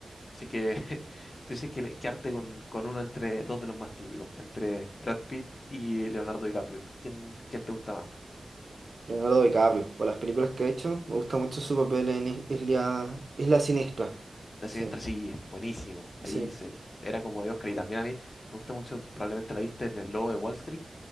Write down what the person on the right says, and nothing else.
Leonardo DiCaprio, por las películas que ha hecho, me gusta mucho su papel en Is- Isla, Isla Siniestra.
Sí,
sí,